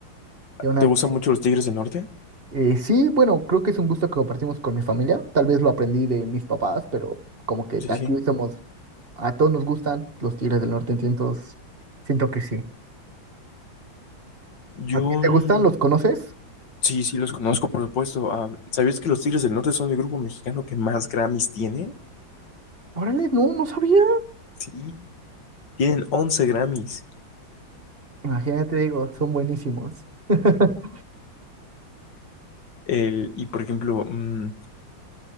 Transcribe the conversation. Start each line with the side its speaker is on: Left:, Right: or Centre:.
Right: Y una
Left: ¿Te gustan mucho los Tigres del Norte?
Right: Eh, sí, bueno, creo que es un gusto que compartimos con mi familia. Tal vez lo aprendí de mis papás, pero como que
Left: Sí,
Right: aquí
Left: sí.
Right: somos, a todos nos gustan los Tigres del Norte, entonces siento que sí.
Left: Yo
Right: ¿A ti te
Left: mm,
Right: gustan? ¿Los conoces?
Left: sí, sí los conozco, por supuesto. Ah, ¿sabías que los Tigres del Norte son el grupo mexicano que más Grammys tiene?
Right: Órale, no, no sabía.
Left: Sí, tienen once Grammys.
Right: Imagínate, digo, son buenísimos. <laughs>
Left: El, y por ejemplo, mm,